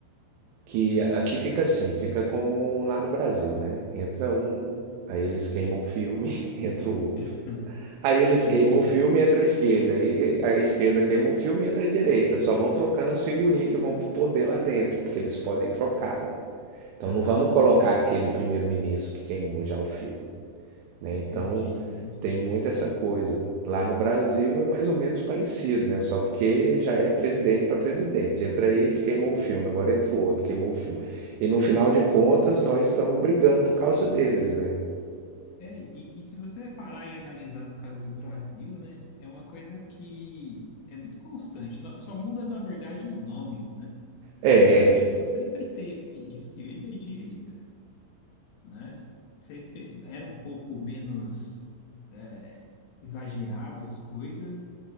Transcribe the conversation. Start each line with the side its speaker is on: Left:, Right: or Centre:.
Right: Que aqui fica assim, fica como lá no Brasil, né? Entra um, aí eles queimam o filme, <laughs> entra o outro.
Left: <laughs>
Right: Aí eles
Left: Entendi.
Right: queimam o filme, entra a esquerda. Aí a esquerda queima o filme, entra a direita. Só vão trocando as figurinhas que vão poder lá dentro, porque eles podem trocar, né? Então
Left: Aham.
Right: não vamos colocar aquele primeiro-ministro que queimou já o filme, né?
Left: Entendi,
Right: Então
Left: entendi.
Right: tem muito essa coisa. Lá no Brasil é mais ou menos parecido, né? Só porque já é presidente para presidente. Entra esse, queimou o filme, agora entra o outro, queimou o filme. E no final de contas, nós estamos brigando por causa deles, né?
Left: É, e, e se você parar e analisar no caso do Brasil, né, é uma coisa que é muito constante. No- Só muda, na verdade, os nomes, né?
Right: É,
Left: que, por exemplo, sempre teve esquerda e direita, né? Sempre era um pouco menos é, exagerado as coisas,